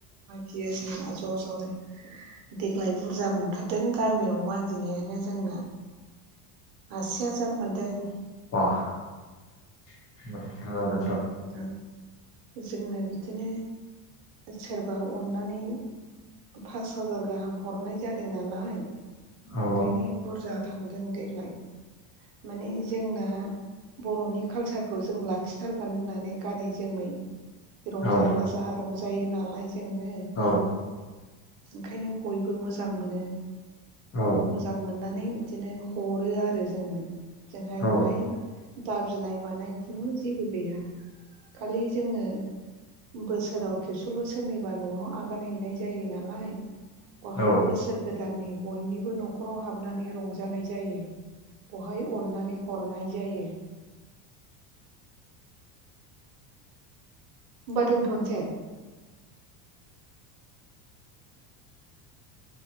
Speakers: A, on the right; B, on the left.
A: गियो जोंना ज' ज'नो देग्लाय बुरजा मोनथारदों गामियाव मागिनायानो जोंना आसि हाजार मोनदों।
B: बा होमबाथ' बुरजा जादों?
A: <unintelligible> जोंनो बिदिनो सोरबा अननानै पास हाजार गाहाम हरनाय जादों नालाय
B: औ
A: ओंखायनो बुरजा थांदों। देग्लाय माने जोंना बर'नि कालसारखौ जों लाखिथार गोन होननानै गानै जोमै रंजा
B: औ
A: बाजा रं जायो नालाय जोङो
B: औ
A: ओंखायनो बयबो मोजां मोनो
B: औ
A: मोजां मोननानै दिनो हरो आरो जोंनो जोंहाय
B: औ
A: बहाय दाबिनाय मानाय खुनु जेबो गैया खालि जोङो बोसोराव खेबसेल' सोरनिबा न'आव आगान हैनाय जायो नालाय बहाय
B: औ
A: बोसोर गो दाननि बयनिबो न'खराव हाबनानै रंजानाय जायो बहाय अननानै हरनाय जायो होमबा दोनथ'नोसै